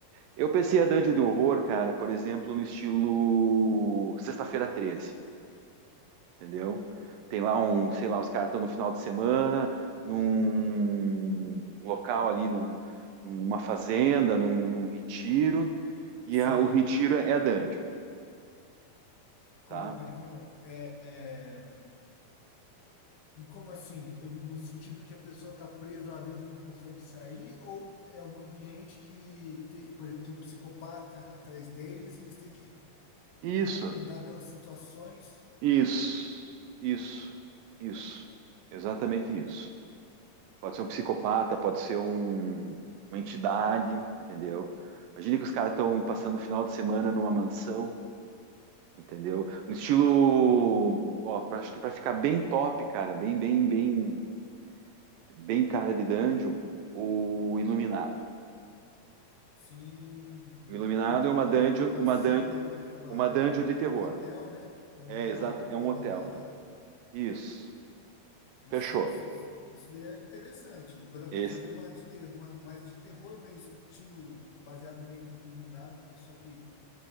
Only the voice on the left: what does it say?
sei.
Como,
mas como, é, é, como assim? Eu- no sentido que a pessoa tá presa lá dentro e não consegue sair, ou é um ambiente que, te- por exemplo, tem um psicopata atrás deles e eles têm que
andar pelas situações.
É,
sim, muito
legal.
Uma mansão,
é, é, uma,
é um
é um hotel, né? É um
hotel
abandonado.
Isso,
isso, isso, isso daí é interessante. Dá
para fazer uma, de ter, uma mais de terror, meio estilo baseado meio que no Iluminado, só que